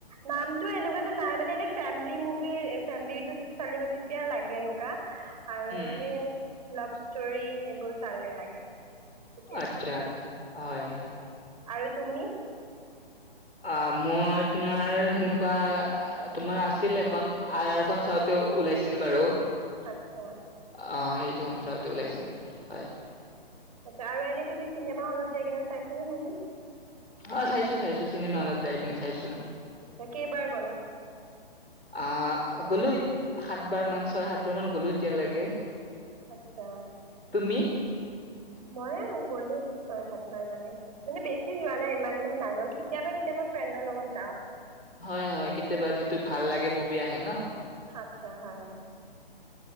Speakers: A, on the right; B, on the left.
A: নামটো এনেকুৱাতে নাই মানে এনে ফেমিলি মু তুমি ফেমিলিটো চালি ম তেতিয়া লাগে এনেকুৱা আৰু
B: উম,
A: এনে লাভ ষ্টোৰি চালে এইবোৰ লাগে তেতিয়া
B: আচ্ছা আচ্ছা হয় হয়
A: আৰু তুমি
B: অ মই তোমাৰ সেনেকুৱা তোমাৰ আছিল এখন আৰখন চাওঁতে ওলাইছিল বাৰু অ
A: আচ্ছা
B: সেইটো চাওঁতে ওলাইছিল হয়
A: আচ্ছা আৰু এনেই তুমি চিনেমা হলত যাইপিলাই <unintelligible> চাইছ নে মুভি
B: অ চাইছো চাইছো চিনেমা হলত যাই পিনে চাইছো
A: আচ্ছা কেইবাৰ গলা
B: আহ গ'লো সাতবাৰ মান ছয় সাত বাৰ মান গ'লো এতিয়ালৈকে
A: আচ্ছা
B: তুমি?
A: মই গ'লো ছয় সাতবাৰ মানে মানে বেছি যোৱা নাই ইমান মানে মানুহৰ কেতিয়াবা কেতিয়াবা ফ্ৰেণ্ডৰ লগত যাওঁ
B: হয় হয় কেতিয়াবা যিটো ভাল লাগে মুভি আহে ন
A: আচ্ছা হয়